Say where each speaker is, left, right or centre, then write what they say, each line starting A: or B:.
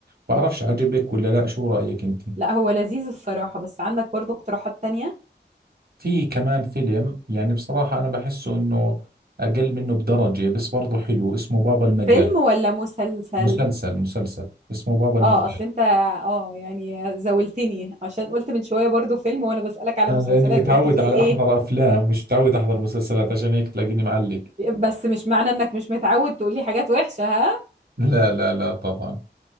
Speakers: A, on the right; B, on the right.
A: بعرفش عجبك ولا لا شو رايك انت
B: لا هو لذيذ الصراحة بس عندك برضه اقتراحات تانية
A: في كمان فيلم يعني بصراحه انا بحسه انه اقل منه بدرجه بس برضه حلو اسمه بابا المجال
B: فيلم ولا مسلسل
A: مسلسل مسلسل اسمه بابا المجال
B: اه اصل انت اه يعني زاولتني عشان قلت من شوية برضه فيلم وانا بسألك على
A: انا
B: مسلسلات
A: لاني متعود
B: قلت فيه
A: على احضر
B: ايه
A: افلام مش متعود احضر مسلسلات عشان هيك تلاقيني معلق
B: بس مش معنى انك مش متعود تقولي حاجات وحشة ها
A: لا لا لا طبعا